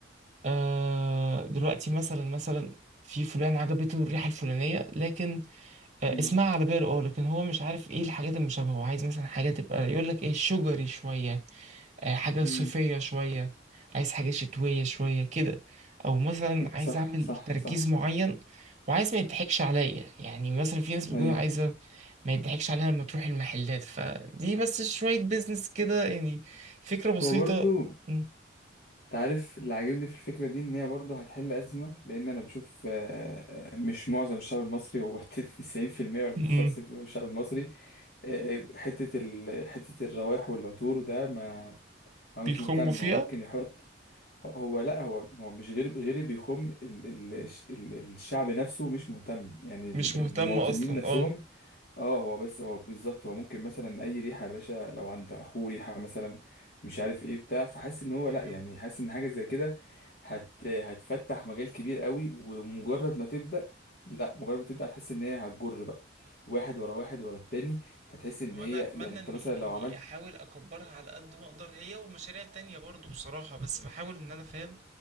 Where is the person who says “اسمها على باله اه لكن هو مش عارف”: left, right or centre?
Right